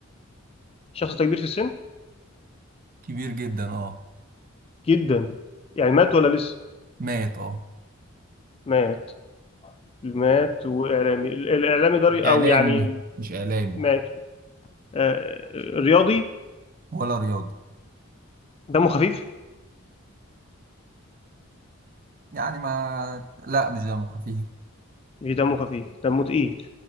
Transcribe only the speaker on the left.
الشخص ده كبير في السن
جدا يعني مات ولا لسه
مات مات وإعلامي الإعلامي ده
أو يعني
ماشي آه، رياضي
دمه خفيف
مش دمه خفيف دمه تقيل